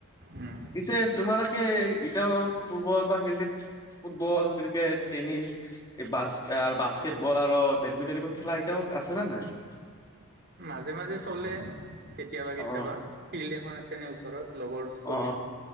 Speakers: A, on the right; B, on the left.
A: উম
B: পিছে তোমালোকে এতিয়া ফুটবল বা ক্ৰিকেট ফুটবল, ক্ৰিকেট, টেনিছ এই বাসকাৰ বাস্কেটবল আৰু বেডমিণ্টন এইবোৰ খেলা এতিয়াও আছে নে নাই?
A: মাজে মাজে চলে। কেতিয়াবা কেতিয়াবা,
B: অ
A: ফিল্ড এখন আছে ন' ওচৰত লগৰ
B: অ
A: চলীৰ।